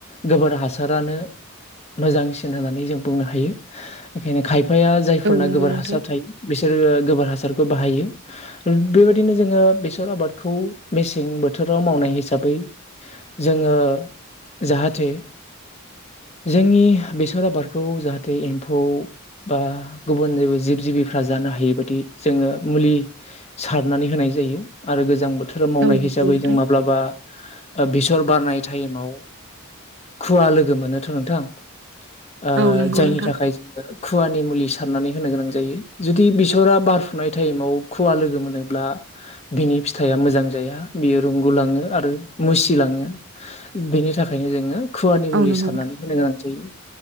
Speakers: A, on the left (about 30°); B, on the right (about 55°).
A: गोबोर हासारानो मोजांसिन होननानै जों बुंनो हायो बेखायनो खाय फाया जायफोरना
B: औ नंगौ
A: गोबोर
B: नोंथां
A: हासार थायो बिसोरो गोबोर हासार बाहायो बेबायदिनो जोंङो बेसर आबादखौ मेसें बोथोराव मावनाय हिसाबै जोंङो जाहाथे जोंनि बेसर आबादखौ जाहाथे एम्फौ बा गुबुन जेबो जिब जिबिफ्रा जानो हायि बादि जोंङो मुलि सारनानै होनाय जायो आरो गोजां बो थोर मावनाय
B: औ नंगौ
A: हिसाबै
B: नोंथां
A: जों माब्लाबा बेसर बारनाय टाइमाव खुवा लोगो मोनोथ' नोंथां। ओ
B: औ नंगौ
A: जायनि
B: नोंथां
A: थाखाय जोंङो खुवानि मुलि सारनानै होनो गोनां जायो जुदि बिसरा बार फुनाय टाइमाव खुवा लोगो मोनोब्ला बिनि फिथाइआ मोजां जाया बियो रुंगुलाङो आरो मुसिलाङो बेनि थाखायनो जोंङो खुवानि
B: औ
A: मुलि
B: नंगौ नोंथां औ नंगौ
A: सारनानै
B: नोंथां
A: होनो गोनां जायो